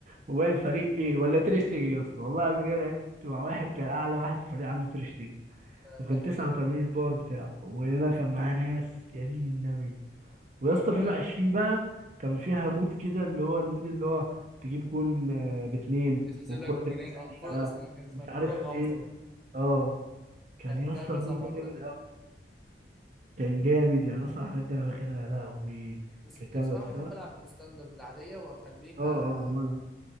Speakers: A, on the right; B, in the centre.
A: وباقي الفريق ايه ولا تير شتيجن يا اسطى والله قبل كده لعبت مع واحد كان اعلى واحد في الفريق عنده تير شتيجن
B: ده
A: وكان
B: ضحك
A: 89
B: كده
A: الباور بتاعه وانا كان معاه ناس يا دين النبي ويا اسطى
B: اللي
A: فيفا
B: هو انت
A: 20 بقى كان فيها مود كده اللي هو المود اللي هو تجيب جون آه، باتنين
B: يتحسب
A: والكرة
B: لك بجونين
A: تبقى سريعة
B: اه الكورة اسمها كان اسمها
A: مش
B: الكورة
A: عارف
B: غامضة
A: ايه اه كان
B: لعبتها
A: يا اسطى
B: كذا
A: المود
B: مرة
A: ده جامد
B: دي
A: كان جامد يعني اصلا الحاجات دي انا فاكرها يا لهوي
B: بس
A: كان
B: كنت
A: جامد
B: بصراحة
A: بس
B: بحب
A: أنا-
B: ألعب الستاندرد العادية وأخليها
A: اه اه وأنا-